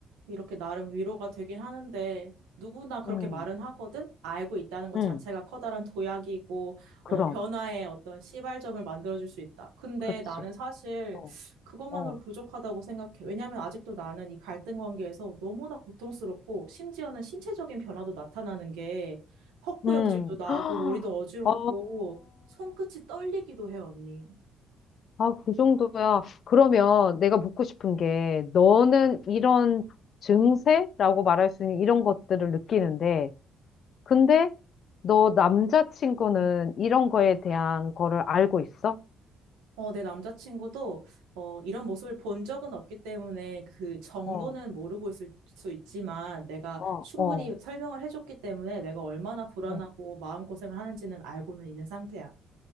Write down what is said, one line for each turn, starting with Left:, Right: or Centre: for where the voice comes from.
Right: 이렇게 나름 위로가 되긴 하는데 누구나 그렇게
Left: 음,
Right: 말은 하거든? 알고 있다는 것
Left: 음,
Right: 자체가 커다란 도약이고
Left: 그럼,
Right: 어, 변화의 어떤 시발점을 만들어줄 수 있다. 근데
Left: 그치.
Right: 나는 사실
Left: 어,
Right: 그것만으로
Left: 어,
Right: 부족하다고 생각해. 왜냐하면 아직도 나는 이 갈등 관계에서 너무나 고통스럽고 심지어는 신체적인 변화도 나타나는 게 헛구역질도
Left: 음.
Right: 나고
Left: <gasps>
Right: 머리도 어지럽고
Left: 어,
Right: 손끝이 떨리기도 해, 언니.
Left: 아, 그 정도야. 그러면 내가 묻고 싶은 게, 너는 이런 증세라고 말할 수 있는 이런 것들을 느끼는데, 근데 너 남자친구는 이런 거에 대한 거를 알고 있어?
Right: 어, 내 남자친구도 어, 이런 모습을 본 적은 없기 때문에 그 정도는
Left: 어,
Right: 모르고 있을 수 있지만 내가
Left: 어,
Right: 충분히
Left: 어,
Right: 설명을 해줬기 때문에 내가 얼마나 불안하고
Left: 어.
Right: 마음고생을 하는지는 알고는 있는 상태야.